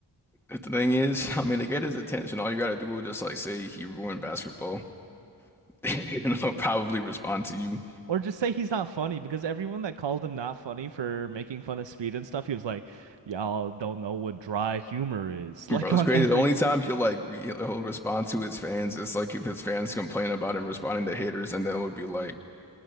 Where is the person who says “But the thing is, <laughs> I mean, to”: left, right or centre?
Centre